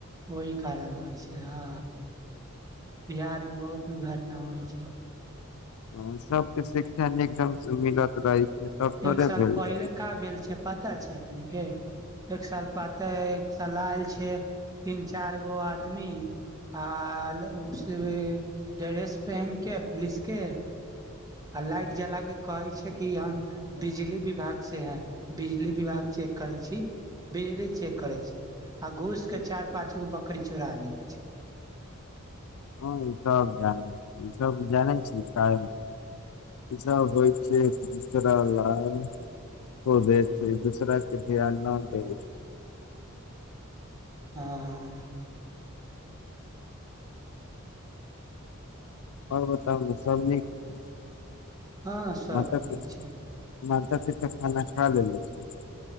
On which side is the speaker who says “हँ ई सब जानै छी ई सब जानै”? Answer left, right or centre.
Left